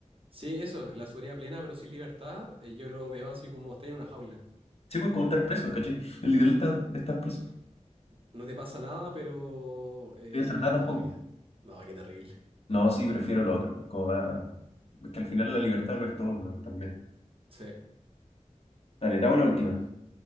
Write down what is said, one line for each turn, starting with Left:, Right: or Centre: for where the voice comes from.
Right: Sí, eso, la seguridad plena, pero sin libertad, eh, yo lo veo así como estar en una jaula.
Left: Sí, pues como estar preso, ¿cachai? El ideal está estar preso. No
Right: No te pasa nada, pero... eh,
Left: voy a hacer nada
Right: no,
Left: tampoco.
Right: qué, no, qué terrible.
Left: No, sí, prefiero lo otro. Como más. Es que al final la libertad lo es todo tam- también.
Right: Sí.
Left: Dale, te hago la última.